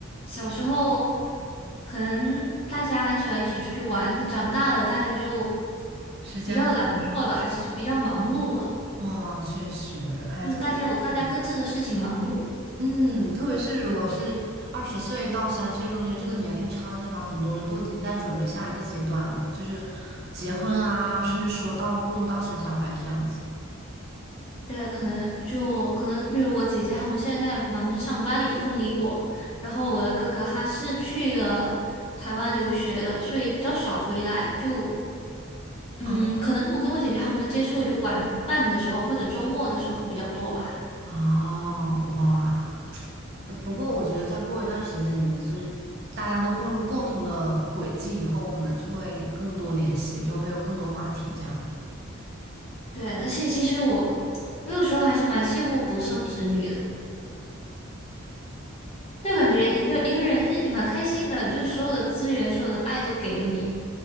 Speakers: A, on the left (about 30°); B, on the right (about 50°).
A: 小时候可能大家很喜欢一起出去玩，那长大了大家就
B: 时间会少。
A: 比较懒惰了，还是比较忙碌了，
B: 哦，确实，哎，
A: 就大家有大家各自的事情忙碌。
B: 特别是，嗯，特别是如果是二十岁到三十岁中间这个年龄差距的话，很多人都已经在准备下一个阶段了，就是结婚啊，甚至说到过渡到生小孩这样子。
A: 对，可能就可能，比如我姐姐他们现在在忙着上班，也不空理我。然后我的哥哥他是去了台湾留学的，所以比较少回来。就嗯，
B: 嗯，
A: 可能我跟我姐姐他们的接触就晚饭的时候或者周末的时候比较多吧。
B: 哦，哇，呃不过我觉得再过一段时间，你们就是大家都步入共同的轨迹以后，可能就会更多联系，又会有更多话题这样。
A: 对，而且其实我我有时候还是蛮羡慕独生子女的，就感觉一个一个人是蛮开心的，就所有的资源、所有的爱都给了你。